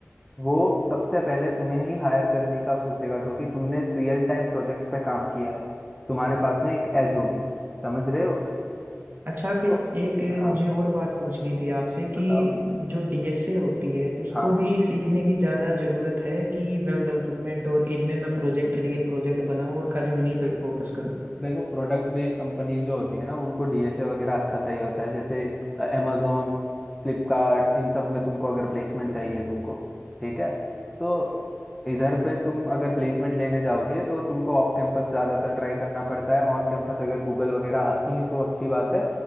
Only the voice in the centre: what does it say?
वो सबसे पहले तुम्हें ही हायर करने का सोचेगा क्योंकि तुमने रियल टाइम प्रोजेक्ट्स पे काम किया है तुम्हारे पास में एक एज होगी समझ रहे हो
तो
हाँ
बताओ
हाँ
देखो प्रोडक्ट बेस्ड कंपनीज जो होती है ना उनको डीएसए वगैरह अच्छा चाहिए होता है जैसे amazon फ्लिपकार्ट इन सब में तुमको अगर प्लेसमेंट चाहिए तुमको ठीक है तो इधर पे तुम अगर प्लेसमेंट लेने जाओगे तो तुमको ऑफ कैंपस ज़्यादातर ट्राई करना पड़ता है ऑन कैंपस अगर गूगल वगैरह आती हैं तो अच्छी बात है